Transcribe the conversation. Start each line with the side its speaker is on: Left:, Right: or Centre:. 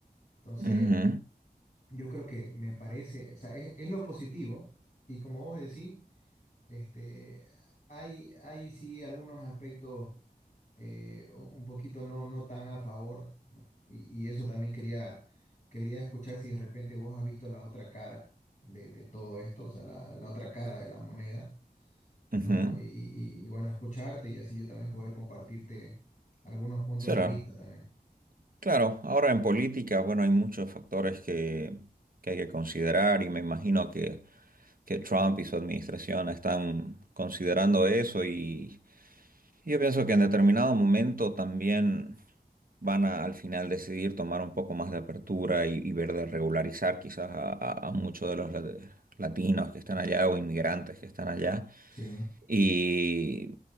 Left: Entonces,
Right: Ujú,
Left: yo creo que me parece, o sea, es, es lo positivo. Y como vos decís, este, hay, hay sí algunos aspectos eh, un un poquito no, no tan a favor, ¿no? Y, y eso también quería, quería escuchar si de repente vos has visto la otra cara de, de todo esto, o sea, la, la otra cara de la moneda, ¿no?
Right: ujú.
Left: Y, y- y bueno, escucharte y así yo también poder compartirte algunos puntos
Right: Sí,
Left: de
Right: Claro,
Left: vista también.
Right: Claro, ahora en política, bueno, hay muchos factores que, que hay que considerar y me imagino que, que Trump y su administración están considerando eso y Sí, Yo pienso que en determinado momento también van a al final decidir tomar un poco más de apertura y, y ver de regularizar quizás a, a- a muchos de los lat- latinos que están allá o inmigrantes que están allá.
Left: Sí,
Right: Y